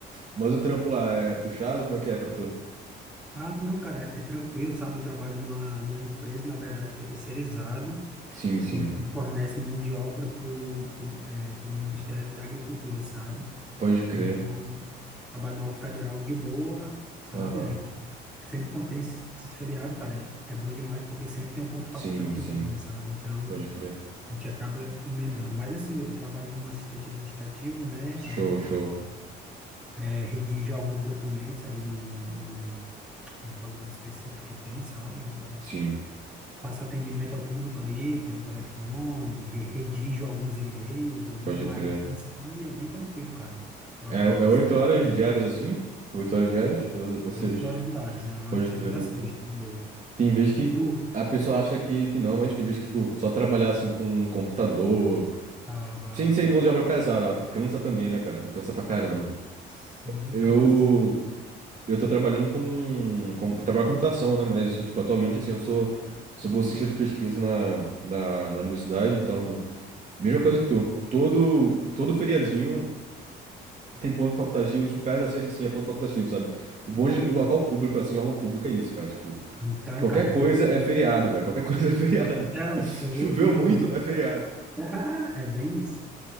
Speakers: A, on the right (about 35°); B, in the centre.
A: Mas o trampo lá é puxado? Como é que é pra tu?
B: Ah, não, cara, é é tranquilo, sabe? Eu trabalho numa, numa empresa, na verdade, que é terceirizado.
A: Sim, sim.
B: e que fornece mão de obra para o Ministério da Agricultura, sabe?
A: Pode crer.
B: Então, eu trabalho no órgão federal de boa, sabe?
A: Aham.
B: Aí sempre quando tem esses feriados, cara, é, é bom demais, porque sempre tem um ponto facultativo,
A: Sim, sim.
B: sabe? Então,
A: Pode crer.
B: a gente acaba emendando. Mas assim, eu, eu trabalho como assistente administrativo, né?
A: Show,
B: Ali faço,
A: show.
B: é, redijo alguns documentos ali num, num, num programa específico que tem, sabe? É,
A: Sim,
B: faço atendimento ao público ali pelo telefone, re- redijo alguns e-mails ali,
A: pode
B: mas
A: crer.
B: em si é bem tranquilo, cara. Trabalho
A: É, é
B: ali
A: oito
B: cedinho,
A: horas diárias assim? Oito horas diárias? Ou é
B: é
A: seis?
B: oito horas diárias, aham,
A: Pode
B: de segunda
A: crer, pode
B: a sexta,
A: crer.
B: de boa.
A: Tem vez que
B: E tu?
A: a pessoa acha que, que não, mas tem vez que, tipo, só trabalhar assim com um computador.
B: Ah,
A: Sem ser mão de obra pesada. Cansa também, né, cara? Tipo, cansa pra caramba.
B: sim,
A: Eu.
B: cansa.
A: Eu tô trabalhando com, com trabalho com computação, né? Mas, tipo, atualmente, assim, eu sou, sou bolsista de pesquisa na, na, na universidade, então. Mesma coisa que tu. Todo, todo feriadinho tem ponto facultativo, super perto da sexta, assim, é ponto facultativo, sabe? O bom de local
B: Não.
A: público, assim, órgão público é isso, cara. Tipo,
B: Então,
A: qualquer
B: cara,
A: coisa
B: eu,
A: é feriado, velho. Qualquer <laughs> coisa é feriado.
B: então, eu
A: Choveu
B: optei
A: muito,
B: just-
A: é feriado.
B: <laughs> é bem isso.